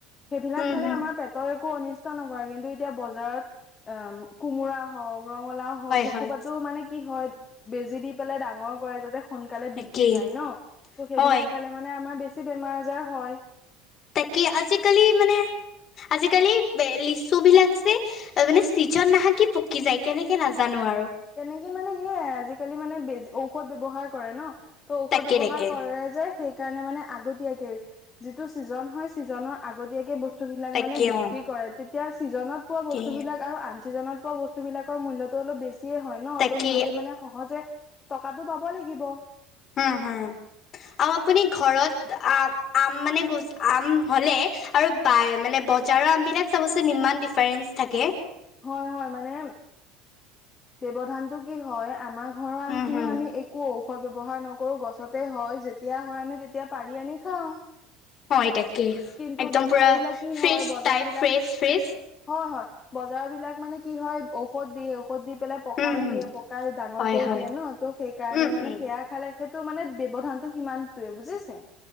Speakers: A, on the left (about 30°); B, on the left (about 45°).
A: সেইবিলাক
B: উম
A: খালে
B: হম
A: আমাৰ পেটৰ একো অনিষ্ট নকৰে কিন্তু এতিয়া বজাৰত। অ কোমোৰা হওক ৰঙালাও হওক
B: হয়
A: সেইখোপাতো
B: হয়
A: মানে কি হয়? বেজি দি পেলাই ডাঙৰ কৰে যাতে সোনকালে
B: তাকেই
A: বিক্ৰী যায় ন ত' সেইবিলাক
B: হয়
A: খালে মানে আমাৰ বেছি বেমাৰ আজাৰ হয়।
B: তাকি আজিকালি মানে আজিকালি লিচু বিলাক যে মানে চিজন নাহে কি পকি যায় কেনেকে নাজানো আৰু
A: তেনেকে মানে সেয়াই আজিকালি মানে বেজ ঔষধ ব্যৱহাৰ কৰে ন ত ঔষধ
B: তাকে
A: ব্যৱহাৰ
B: তাকে
A: কৰে যে সেই কাৰণে মানে আগতীয়াকে যিটো ছিজন হয় ছিজনৰ আগতীয়াকে বস্তু বস্তু বিলাক
B: তাকে
A: বিক্ৰী
B: অ
A: কৰে তেতিয়া ছিজনত পোৱা
B: তাকে
A: বস্তু বিলাক আৰু আন চিজনত পোৱা বস্তু বিলাকৰ মূল্যতটো অলপ বেছিয়ে হয় ন
B: তাকে
A: ত' সিহতে মানে সহজে টকাতটো পাব লাগিব। <inaudible>
B: হম হম আৰু আপুনি ঘৰত আ আম মানে গ আম হলে আৰু বাই মানে বজাৰৰ আমবিলাক চাবচোন ইমান ডিফাৰেন্ঞ্চ থাকে।
A: হয় হয় মানে ব্যৱধানটো কি হয় আমাৰ ঘৰৰ আম
B: হম
A: খিনি
B: হম
A: আমি একো ঔষধ ব্যৱহাৰ নকৰো কৰো গছতে হয় যেতিয়া হয় আমি তেতিয়া পাৰি আনি খাওঁ।
B: হয় এটাাকে
A: কিন্তু
B: একদম
A: বজাৰবিলাক
B: পুৰা
A: কি
B: ফ্ৰেচ
A: হয় বজাৰবিলাক
B: টাইপ ফ্ৰেছ ফ্ৰেছ
A: হয় হয় বজাৰ বিলাক মানে কি হয় ঔষধ দিয়ে ঔষধ দি পেলাই পকাই
B: উম হম
A: দিয়ে পকাই ডাঙৰ
B: হয়
A: কৰি
B: হয়
A: দিয়ে ন ত' সেইকাৰণে
B: উম
A: মানে
B: উম
A: সেয়া খালে সেইটো মানে ব্যৱধানতটো সিমানটোৱে বুজিছে